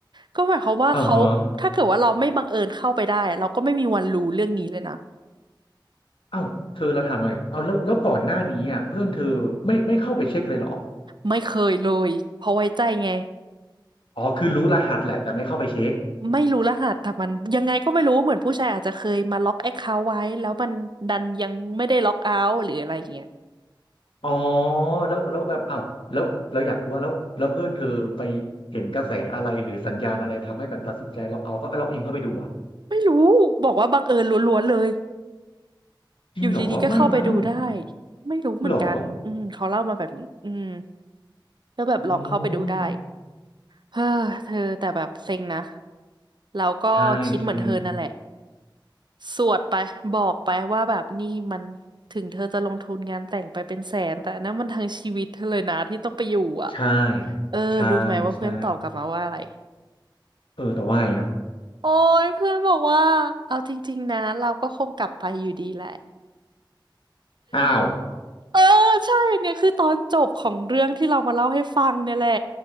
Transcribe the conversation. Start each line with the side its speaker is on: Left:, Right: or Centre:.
Right: ก็หมายความว่าเขาถ้าเกิดว่าเราไม่บังเอิญเข้าไปได้เราก็ไม่มีวันรู้เรื่องนี้เลยนะ
Left: อ่าฮะเอ้าเธอเราถามหน่อยเอาแล้วแล้วก่อนหน้านี้อ่ะเพื่อนเธอไม่ไม่เข้าไปเช็คเลยเหรอ
Right: ไม่เคยเลยเพราะไว้ใจไง
Left: อ๋อคือรู้รหัสแหละแต่ไม่เข้าไปเช็ค
Right: ไม่รู้รหัสแต่มันยังไงก็ไม่รู้เหมือนผู้ชายอาจจะเคยมาล็อกแอคเคาท์ไว้แล้วมันดันยังไม่ได้ล็อกเอาท์หรืออะไรอย่างเงี้ย
Left: อ๋อแล้วแล้วแบบอ้าวแล้วเราอยากรู้ว่าแล้วแล้วเพื่อนเธอไปเห็นกระแสอะไรหรือสัญญาณอะไรทำให้แบบตัดสินใจเราเอาเขาเราเองเข้าไปดูอ่ะ
Right: ไม่รู้บอกว่าบังเอิญล้วนๆเลย
Left: จริงเหรอไม่มั้ง
Right: อยู่ดีๆก็เข้าไปดูได้ไม่รู้เหมือนกันอืมเขาเล่ามาแบบนี้อืม
Left: เหรอ
Right: ก็แบบลองเข้าไปดูได้
Left: อ๋อ
Right: เฮ้อเธอแต่แบบเซ็งนะเราก็คิดเหมือนเธอนั่นแหละ
Left: ใช่ใช่
Right: สวดไปบอกไปว่าแบบนี่มันถึงเธอจะลงทุนงานแต่งไปเป็นแสนแต่อันนั้นมันทั้งชีวิตเธอเลยนะที่ต้องไปอยู่อ่ะ
Left: ใช่
Right: เออรู้ไหมว่าเพื่อนตอบกลับมาว่าอะไร
Left: ใช่ใช่เออแต่ว่าไงอ่ะ
Right: โอ้ยเพื่อนบอกว่าเอาจริงๆนะเราก็คงกลับไปอยู่ดีแหละ
Left: อ้าว
Right: เออใช่เนี่ยคือตอนจบของเรื่องที่เรามาเล่าให้ฟังเนี่ยแหละ